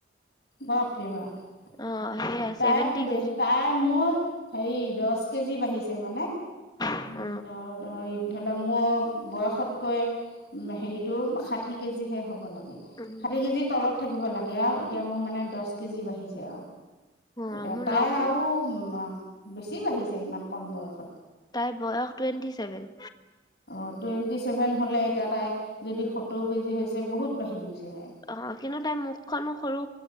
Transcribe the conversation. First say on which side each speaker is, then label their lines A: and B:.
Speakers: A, on the left; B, on the left.
A: বাপৰে বাপ,
B: অ সেয়া
A: তাই
B: ছেভেন্টি কেজি
A: তাই মোৰ হেৰি দহ কেজি বাঢ়িছে মানে উ
B: অ
A: ধৰি লওক মোৰ বয়সতকৈ হেৰিটো ষাঠি কেজিহে হ'ব লাগে।
B: উম
A: ষাঠি কেজি তলত থাকিব লাগে আৰু, এতিয়া মোৰ মানে দহ কেজি বাঢ়িছে আৰু।
B: অ
A: এতিয়া
B: মোৰ
A: তাই
B: লগৰ
A: আৰু উ বেছি বাঢ়িছে ইমান কম বয়সত।
B: তাইৰ বয়স টুৱেণ্টি চছেভেন।
A: অ' টুৱেণ্টি চছেভেন হলে এতিয়া তাই যদি সত্তৰ কেজি হৈছে বহুত বাঢ়ি গৈছে। তাই
B: অ', কিন্তু তাই মুখখনো সৰু